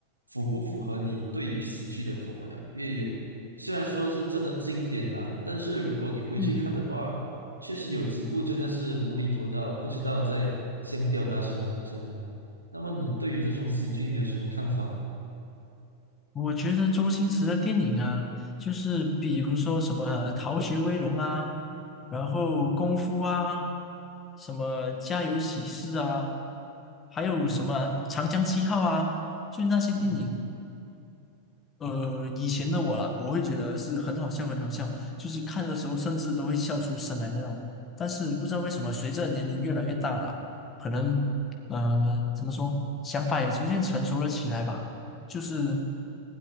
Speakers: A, on the right; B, on the left.
A: 符不符合你对于喜剧的口味啊？因为有虽然说是真的经典啊，但是如果你回去看的话，
B: 嗯。
A: 确实有几部真的是无厘头到不知道在想表达什么，你知道吗？那么你对于这种喜剧你有什么看法？
B: 我觉得周星驰的电影啊，就是比如说什么呃逃学威龙》啊，然后《功夫》啊，什么《家有喜事》啊，还有什么《长江七号》啊，
A: 嗯
B: 就那些电影。
A: 嗯。
B: 呃，以前的我啦，我会觉得是很好笑，很好笑，就是看的时候甚至都会笑出声来那种。但是不知道为什么，随着年龄越来越大了，可能呃，怎么说，想法也逐渐成熟了起来吧。就是